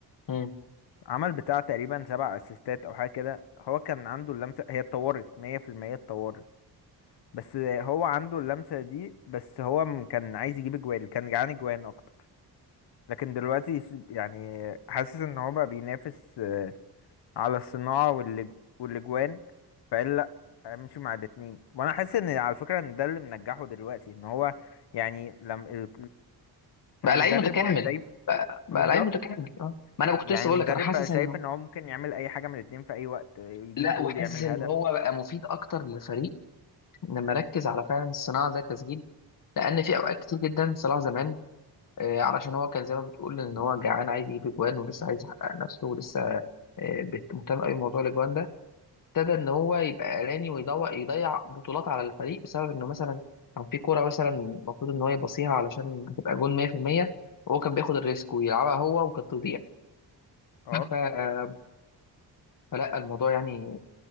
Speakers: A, on the left; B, on the left.
A: امم
B: عمل بتاع تقريبا سبع اسيستات او حاجه كده هو كان عنده اللمسه هي اتطورت 100% اتطورت بس هو عنده اللمسه دي بس هو م- كان عايز يجيب اجوان كان جعان اجوان اكتر لكن دلوقتي س- يعني حاسس ان هو بقى بينافس آه، على الصناعه والإج- والاجوان فقال لا امشي مع الاتنين وانا حاسس ان على فكره ان ده اللي منجحه دلوقتي ان هو يعني لما
A: بقى
B: المدرب
A: لعيب متكامل
B: بقى شايف
A: بقى, بقى
B: بالظبط
A: لعيب متكامل اه ما انا كنت
B: يعني
A: لسه بقول
B: المدرب
A: لك انا حاسس
B: بقى شايف
A: انه
B: ان هو ممكن يعمل اي حاجه من الاتنين في اي وقت يجيب
A: لا
B: جول
A: وحاسس
B: يعمل
A: ان
B: هدف
A: هو بقى مفيد اكتر للفريق لما ركز على فعلا الصناعه زي التسجيل لان في اوقات كتير جدا صلاح زمان آه علشان هو كان زي ما بتقول ان هو جعان عايز يجيب اجوان ولسه عايز يحقق نفسه ولسه آه بت- مهتم قوي بموضوع الاجوان ده ابتدى ان هو يبقى اناني ويضيع يضيع بطولات على الفريق بسبب انه مثلا كان في كوره مثلا المفروض ان هو يبصيها علشان هتبقى جون 100% وهو كان بياخد الريسك ويلعبها هو وكانت تضيع
B: اه
A: ف- فلا الموضوع يعني